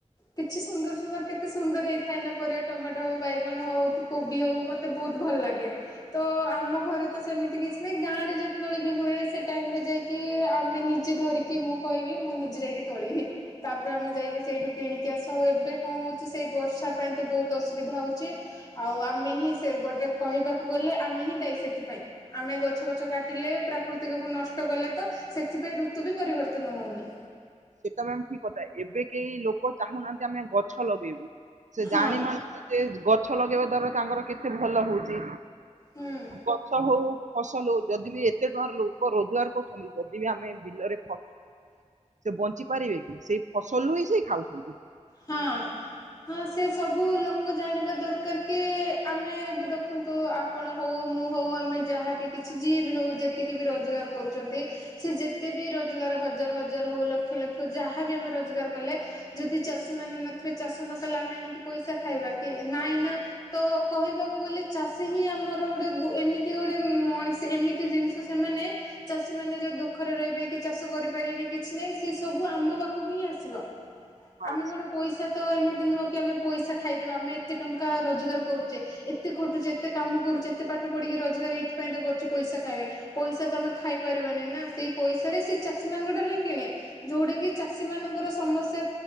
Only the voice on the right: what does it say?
ସେଟା ମେମ ଠିକ କଥା ଏବେ କେହି, ଲୋକ ଚାହୁଁନାହାନ୍ତି ଆମେ ଗଛ ଲଗେଇବୁ ସେ
ଜାନି ନାହାନ୍ତୀ, ଯେ ଗଛ ଲଗେଇବା ଦ୍ଵାରା ତାଙ୍କର କେତେ ଭଲ ହଉଛି
ଗଛ ହଉ ଫସଲ ଯଦି ବି ଏତେ ଟଙ୍କାର ଲୋକ, ରୋଜଗାର କରୁଛନ୍ତି ଯଦି ବି ଆମେ ବିଲରେ ସେ ବଞ୍ଚି ପାରିବେ କି ସେଇ ଫସଲରୁୁ ହିଁ ସେ ଖାଉଛନ୍ତି।
ହଁ